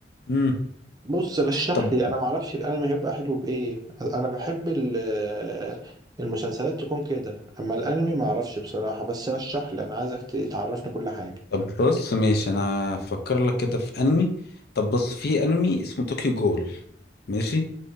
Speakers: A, on the left; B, on the right.
A: امم
B: بص رشح
A: طب
B: لي انا ما اعرفش الانمي هيبقى حلو بايه انا بحب ال- آه، المسلسلات تكون كده اما الانمي ما اعرفش بصراحه بس رشح لي انا عايزك تعرفني كل حاجه
A: طب بص ماشي انا هفكر لك كده في انمي طب بص في انمي اسمه طوكيو جول ماشي